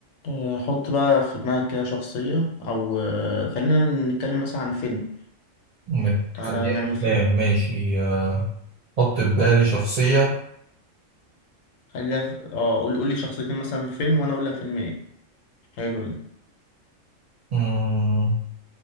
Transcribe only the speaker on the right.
بتخليها
أفلام
ماشي آه، حط في بالي شخصية
مم،